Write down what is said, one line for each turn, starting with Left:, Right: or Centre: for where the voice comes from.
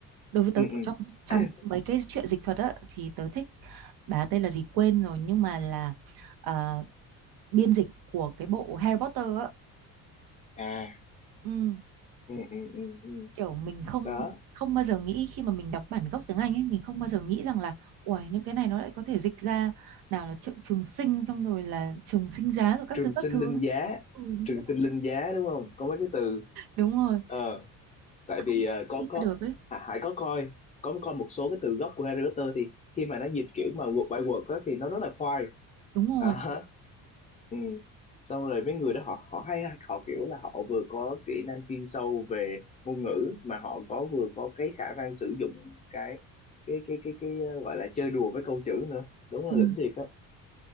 Right: đối với tớ
Left: ừ
Right: kiểu
Left: ừ
Right: trong trong
Left: <clears throat>
Right: mấy cái chuyện dịch thuật á thì tớ thích bà tên là gì quên rồi nhưng mà là ờ, biên dịch của cái bộ Harry Potter á
Left: à
Right: ừ.
Left: ừ ừ ừ ừ
Right: kiểu mình không
Left: đó
Right: không bao giờ nghĩ khi mà mình đọc bản gốc tiếng Anh ấy mình không bao giờ nghĩ rằng là uầy những cái này nó lại có thể dịch ra nào là trường, trường sinh xong rồi là trường sinh giá rồi các
Left: trường
Right: thứ
Left: sinh
Right: các thứ
Left: linh giá
Right: ừ, đúng
Left: trường
Right: rồi
Left: sinh linh giá đúng không có mấy cái từ
Right: đúng rồi
Left: ờ tại
Right: không
Left: vì ờ, có
Right: nghĩ
Left: có
Right: ra được ấy
Left: Hà- Hải có coi có coi một số cái từ gốc của Harry Potter thì khi mà nó dịch kiểu mà word by word á, thì nó rất là khoai
Right: đúng rồi
Left: à, <laughs> ừ. xong rồi mấy người đó họ họ hay ha, họ kiểu là họ vừa có kỹ năng chuyên sâu về ngôn ngữ mà họ có vừa có cái khả năng sử dụng cái cái cái cái cái, ờ, gọi là chơi đùa với câu chữ nữa đúng
Right: ừ.
Left: là đỉnh thiệt á